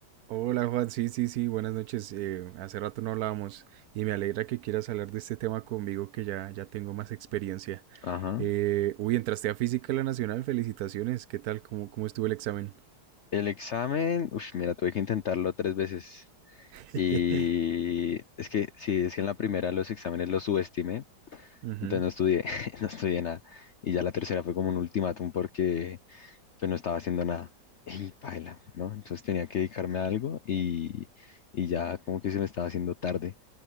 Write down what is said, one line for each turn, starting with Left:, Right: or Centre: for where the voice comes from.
Right: Hola Juan, sí, sí, sí, buenas noches. eh, hace rato no hablábamos y me alegra que quieras hablar de este tema conmigo que ya, ya tengo más experiencia.
Left: Ajá.
Right: Eh, uy, entraste a Física de la Nacional, felicitaciones. ¿Qué tal? ¿Cómo, cómo estuvo el examen?
Left: El examen, uff, mira, tuve que intentarlo tres veces.
Right: <laughs>
Left: Y es que, sí, es que en la primera los exámenes los subestimé,
Right: Ujú,
Left: entonces no estudié, <laughs> no estudié nada. Y ya la tercera fue como un ultimátum porque pues no estaba haciendo nada. Y paila, ¿no? Entonces tenía que dedicarme a algo y, y ya como que se me estaba haciendo tarde.